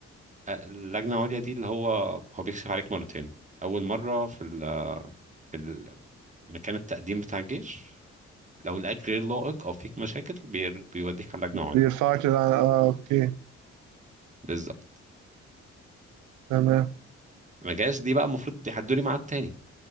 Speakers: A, on the right; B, on the right.
A: آه، اللجنه العليا دي اللي هو هو بيكشف عليك مرتين اول مره في ال في ال- مكان التقديم بتاع الجيش لو لقاك غير لائق او فيك مشاكل بير- بيوديك على اللجنه العليا
B: بيرفعك للع- آه أوكي
A: بالظبط
B: تمام
A: فما جاش دي بقى المفروض يحدوا لي ميعاد تاني